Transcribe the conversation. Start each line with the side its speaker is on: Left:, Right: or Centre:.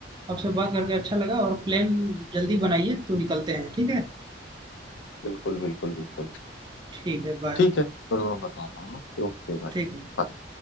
Right: आपसे बात करके अच्छा लगा और प्लान जल्दी बनाइए तो निकलते हैं ठीक है
Left: बिल्कुल बिल्कुल बिल्कुल
Right: ठीक है बाय
Left: ठीक है फिर मैं बताता हूँ ना Okay bye
Right: ठीक है
Left: bye